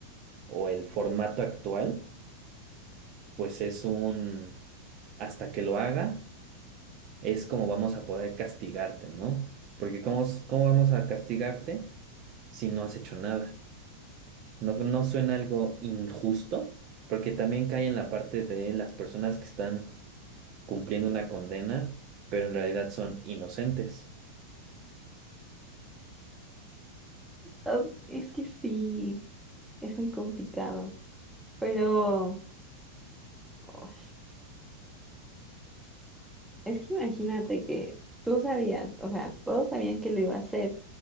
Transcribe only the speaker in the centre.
Ah, es que sí, es muy complicado, pero uy, es que imagínate que tú sabías, o sea, todos sabían que lo iba a hacer